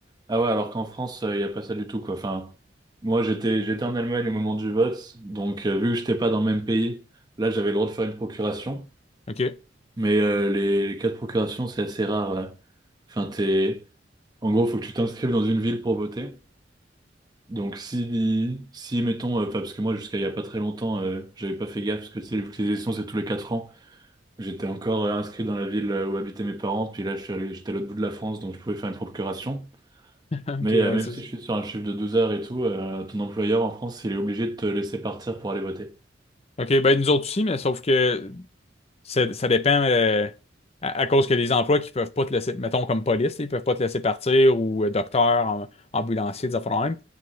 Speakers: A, on the right; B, on the left.
A: Ah ouais, alors qu'en France, euh, il n'y a pas ça du tout, quoi. Enfin, moi, j'étais, j'étais en Allemagne au moment du vote, donc euh, vu que j'étais pas dans le même pays, là, j'avais le droit de faire une procuration.
B: OK. <laughs>
A: Mais euh, les, les cas de procuration, c'est assez rare, là. Enfin, t'es... En gros, faut que tu t'inscrives dans une ville pour voter. Donc si, si mettons, euh, enfin parce que moi jusqu'à il y a pas très longtemps, euh, j'avais pas fait gaffe parce que tu sais, vu que les élections c'est tous les quatre ans, j'étais encore euh, inscrit dans la ville euh, où habitaient mes parents, puis là je suis allé- j'étais à l'autre bout de la France donc je pouvais faire une procuration.
B: OK,
A: Mais euh,
B: oui,
A: même
B: c'est
A: si
B: ça.
A: je suis sur un chiffre de 12 heures et tout, euh, ton employeur en France il est obligé de te laisser partir pour aller voter.
B: OK, ben nous autres aussi, mais sauf que Ça, ça dépend euh, à, à cause que les emplois qui peuvent pas te laisser, mettons comme police, ils peuvent pas te laisser partir ou euh, docteur, am- ambulancier, des affaires de même.